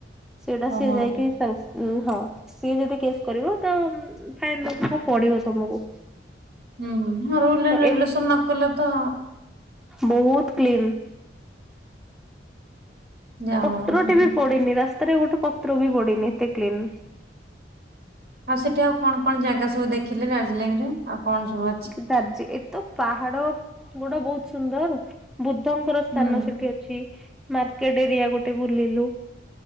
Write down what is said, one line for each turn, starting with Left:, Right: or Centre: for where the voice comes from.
Centre: ସେଇଟା
Right: ଓହୋ
Centre: ସିଏ ଯାଇକି ସାଙ୍ଗ ଉଁ ହଁ ସିଏ ଯଦି କେସ୍ କରିବ ତ ଫାଇନ୍ ଦବାକୁ ପଡ଼ିବ ତମକୁ।
Right: ହୁଁ ଆଉ ରୁଲେ
Centre: ତ
Right: ରେଗୁଲେସନ
Centre: ଏ
Right: ନ କଲେ ତ
Centre: ବହୁତ କ୍ଲିନ
Right: ଯା
Centre: ପତ୍ରଟେ
Right: ହଉ
Centre: ବି ପ ଡ଼ିନି ରାସ୍ତାରେ ଗୋଟେ ପତ୍ର ବି ପଡ଼ିନି ଏତେ କ୍ଲିନ।
Right: ଆଉ ସେଠି ଆଉ କଣ କଣ ଜାଗା ସବୁ ଦେଖିଲେ ଦାର୍ଜିଲିଂ ରେ? ଆଉ କଣ ସବୁ ଭ
Centre: ଦାର୍ ଯେ ଏ ତ ପାହାଡ଼ ଗୋଟେ ବହୁତ ସୁନ୍ଦର ବୁଦ୍ଧଙ୍କର ସ୍ଥାନ
Right: ହୁଁ
Centre: ସେଠି ଅଛି। ମାର୍କେଟ ଏରିଆ ଗୋଟେ ବୁଲିଲୁ